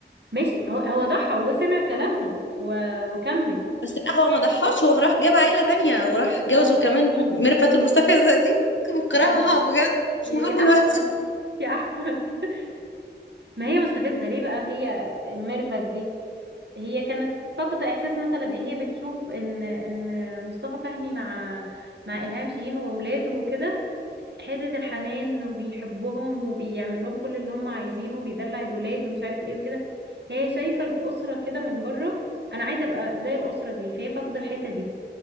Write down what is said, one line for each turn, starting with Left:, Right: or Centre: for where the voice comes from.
Right: ماشي هو هو ضحى وسمع كلامها و... وكمل
Left: بس لا هو ما ضحاش هو راح جاب عيلة تانية وراح
Right: بالظبط
Left: جوزه كمان ميرفت المستفزة دي كنت مكرهها
Right: اه
Left: بجد
Right: يا
Left: لحد
Right: يا
Left: دلوقتي
Right: احمد يا احمد <laughs> ما هي مستفزه ليه بقى هي ميرفت دي هي كانت فاقدة إحساس مثلا إيه هي بتشوف إن إن مصطفى فهمي مع مع إلهام شاهين وأولاده وكده حتة الحنان وبيحبهم وبيعمل لهم كل اللي هم عايزينه وبيدلع الولاد ومش عارف إيه وكده هي شايفة الأسرة كده من بره أنا عايزة أبقى زي الأسرة دي فهي فاقدة الحتة دي